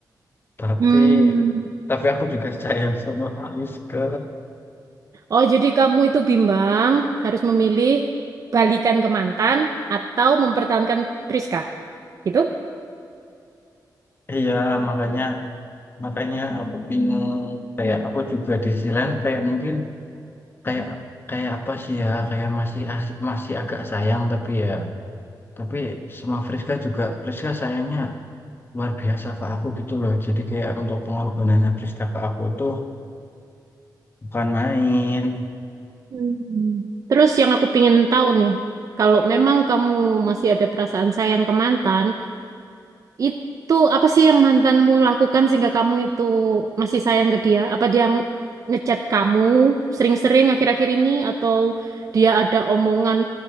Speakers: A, on the left; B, on the right.
A: tapi
B: Hmm.
A: tapi aku juga sayang sama Faiz ke
B: Oh, jadi kamu itu bimbang harus memilih balikan ke mantan atau mempertahankan Priska, gitu?
A: Iya, makanya makanya aku bingung. Kayak aku juga di sisi lain kayak mungkin kayak kayak apa sih ya kayak masih asik, masih agak sayang tapi ya tapi sama Friska juga Friska sayangnya luar biasa ke aku gitu loh jadi kayak untuk pengorbanannya Friska ke aku tuh bukan main
B: Hmm. Terus yang aku pingin tahu nih, kalau memang kamu masih ada perasaan sayang ke mantan, itu apa sih yang mantanmu lakukan sehingga kamu itu masih sayang ke dia? Apa dia ng- ngechat kamu sering-sering akhir-akhir ini atau dia ada omongan